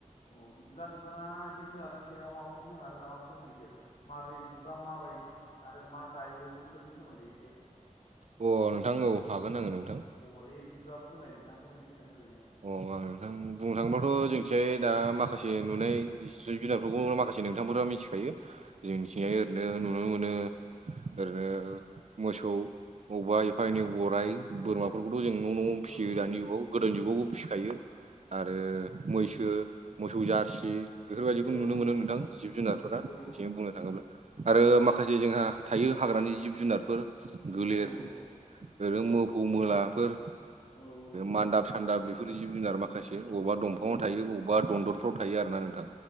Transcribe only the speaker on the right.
अ नोंथां औ हागोन आङो नोंथां
अ आं नोंथां बुंनो थाङोबथ' जोंनिथियाय दा माखासे नुनाय जब बिनारफोरखौ माखासे नोंथांमोन मिथिखायो जोंथिं ओरैनो नुनो मोनो ओरैनो मोसौ अबा एफा एनै गराइ बोरमाफोरखौथ जों न न आवनो
फिसियो
दानि जुगाव गोदान जुगावबो फिखायो। आरो मैसो मोसौ जारसि बेफोर बायदिखौ
नुनो
मोनो
नोंथां
जिब जुनारफोरा
बिथिं बुंनो थाङोब्ला। आरो माखासे जोंहा थायो हाग्रानि जिब जुनारफोर। गोलेर
ओरै
मोफौ मोलाफोर
मान्दाब
सानदाब बेफोर जिब जुनार मा खायसे अबावबा दंफाङाव
थायो अबावबा दनदरफ्राव थायो आरोना नोंथां